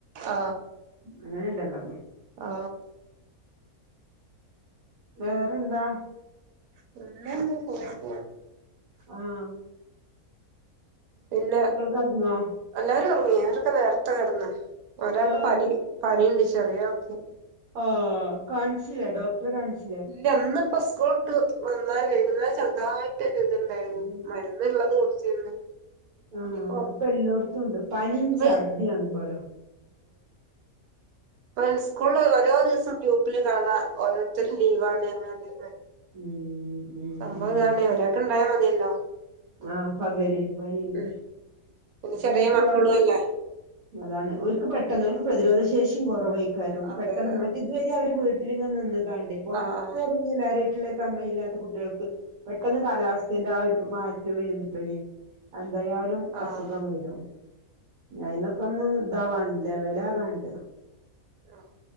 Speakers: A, on the right; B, on the right.
A: ആഹ്
B: അങ്ങനെ ഇണ്ടല്ലോ.
A: ആ
B: വേറെന്താ?
A: പിന്നങ്ങ് പോയി പോ
B: ആഹ
A: ഇല്ല.
B: കെടന്നോ
A: എല്ലാരും ഒറങ്ങി ആവരൊക്കെ നേരത്തെ കെടന്ന്. ഒരാൾക്ക്
B: ആഹ്
A: പനി പനിയുണ്ട്. ചെറിയാള്ക്ക്
B: ആ കാണിച്ചില്ലേ ഡോക്ടറേ കാണിച്ചില്ലേ?
A: ഇല്ല ഇന്നിപ്പ സ്കൂൾ വിട്ട് വന്നാരെ വൈകുന്നേരം ചെറുതായിട്ട് ഇത് ണ്ട്
B: ഉം
A: <unintelligible>
B: ആഹ
A: ഇനിയിപ്പോ
B: ഇപ്പൊ എല്ലോയിടത്തും ഉണ്ട്. പനിയും
A: ഇപ്പ
B: ഛർദിയും ആണുള്ളത്.
A: ഇപ്പോ സ്കൂളില് ഓരോ ദിവസം ഗ്രൂപ്പില് കാണാം ഓരോരുത്തരും ലീവാണ് എന്നു
B: മ് മ് ഉം
A: സംഭവം
B: ഉം
A: ഇതാണേ ഒരാൾക്ക് ഉണ്ടായാ മതിയല്ലോ.
B: ആ പകരും പനിയല്ലേ.
A: ഉം പിന്നെ
B: ഇപ്പൊ
A: ചെറിയ
B: ഇന്നിപ്പോ
A: മക്കളും അല്ലേ
B: അതാണ് ഓര്ക്ക് പെട്ടെന്ന് ഓര്ക്ക് പ്രതിരോധ ശേഷിയും കുറവായി. <unintelligible>
A: അതെ
B: പെട്ടെന്നമ്മടെ
A: അതെ
B: ഇതുവരെ അവര് വീട്ടിലിങ്ങനേ നിന്ന് കാണ്ടേ പൊറത്ത്
A: ആഹ്
B: ഇറങ്ങിയെല്ലാരായിട്ടുള്ള അമ്മയില്ലാത്ത കുട്ടികൾക്ക് പെട്ടെന്ന്
A: ആഹ്
B: കാലാവസ്ഥന്റെ ആ ഒരു മാറ്റം വരുമ്പം <unintelligible> എന്തായാലും
A: ആഹ്
B: അസുഖം വരും ഞാൻ ഇന്നൊക്കെ ഒന്നും ഇതാവാനില്ല വെലകാണ്ട്
A: ആഹ്